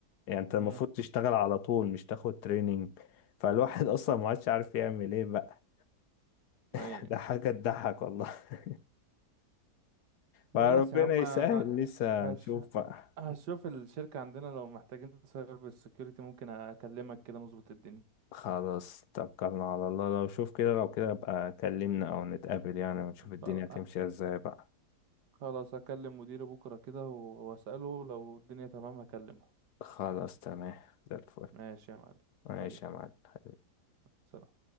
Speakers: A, on the left; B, on the right.
A: يعني انت
B: امم
A: المفروض تشتغل على طول مش تاخد تريننج فالواحد <laughs> اصلا ما عادش عارف يعمل ايه بقى <laughs>
B: اي
A: ده حاجة تضحك والله <laughs> فربنا
B: خلاص يا عم
A: يسهل
B: انا
A: لسه
B: هش...
A: هنشوف بقى
B: هشوف الشركة عندنا لو محتاجين سايبر سيكيورتي ممكن اكلمك كده نظبط الدنيا
A: خلاص توكلنا على الله لو شوف كده لو كده بقى كلمنا او نتقابل يعني ونشوف الدنيا
B: خل-
A: هتمشي ازاي بقى
B: خلاص هكلم مديري بكرة كده و- واسأله لو الدنيا تمام هكلمه
A: خلاص تمام زي الفل
B: ماشي يا معلم
A: ماشي
B: حبيبي
A: يا معلم
B: سلام